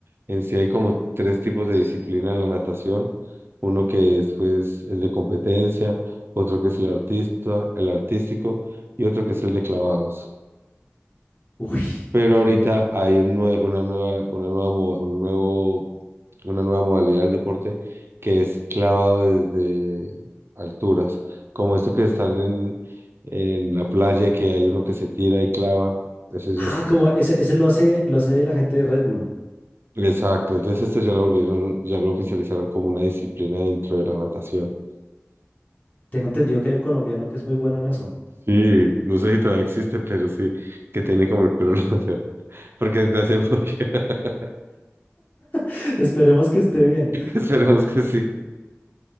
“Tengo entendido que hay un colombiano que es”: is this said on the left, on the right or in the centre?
Left